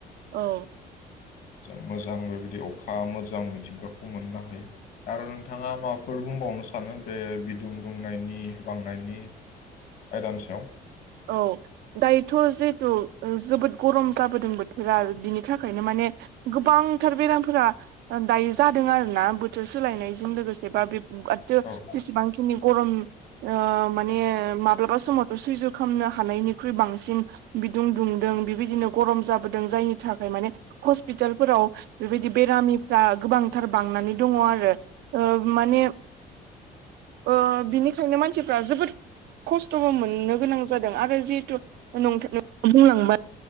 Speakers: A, on the right; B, on the left.
A: औ
B: जों मोजां बेबायदि अखा मोजां मिथिंगाखौ मोननो हायो आरो नोंथाङा माबाफोर बुंबावनो सानो बे बिदुं दुंनायनि बांनायनि आयदानि सायाव
A: औ दायोथ' जिहेथु जोबोद गरम जाबोदों बोथोरा बिनि थाखायनो माने गोबांथार बेरामफोरा दायो जादों आरोना बोथोर सोलायनायजों लोगोसे बा बे जेसेबांखिनि
B: औ
A: गरम ओ माने माब्लाबा समावथ' सैजो खामनो हानायनिख्रुइ बांसिन बिदुं दुंदों बेबायदिनो गरम जाबोदों जायनि थाखाय माने हस्पिटालफोराव बेबायदि बेरामिफ्रा गोबांथार बांनानै दङ आरो ओ माने ओ बिनिखायनो मानसिफ्रा जोबोद खस्थ'बो मोननो गोनां जादों आरो जिहेथु बुंलांबाय